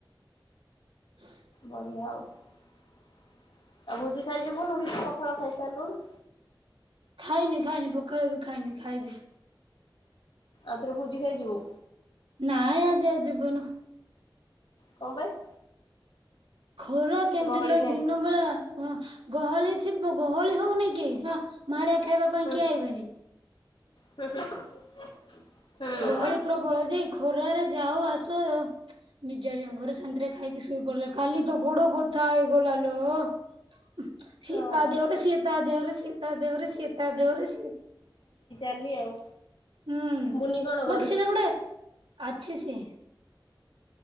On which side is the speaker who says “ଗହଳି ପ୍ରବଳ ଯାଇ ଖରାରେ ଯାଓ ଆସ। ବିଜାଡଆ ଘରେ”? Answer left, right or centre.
Right